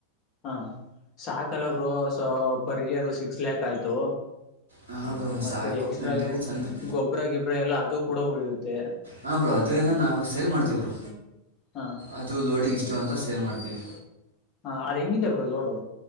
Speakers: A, on the left; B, on the right.
A: ಹಾ ಸಾಕಲ್ಲಬ್ರು ಪರ್ ಇಯರ್ ಸಿಕ್ಸ್ ಲ್ಯಾಕ್ ಆಯ್ತು
B: ಹಾಂ ಬ್ರೋ
A: ಮತ್ತೆ
B: ಸಾಕು
A: ಎಕ್ಸ್ಟ್ರಾ
B: ಮೇಂಟೆನೆನ್ಸ್ ಅಂದರೆ
A: ಗೊಬ್ಬ್ರ ಗಿಬ್ಬ್ರ ಎಲ್ಲ ಅದು ಕೂಡ ಉಳಿಯುತ್ತೆ
B: ಹಾ ಬರು ಅದು ಎಲ್ಲ ನಾವು ಸೇಲ್ ಮಾಡ್ತೀವರು
A: ಹಾ
B: ಅದು ಲೋಡಿಗ್ ಇಷ್ಟು ಅಂತ ಸೇಲ್ ಮಾಡ್ತೀವಿ
A: ಹಾ ಅದ್ ಹೆಂಗಿದೇ ಬರು ಲೋಡು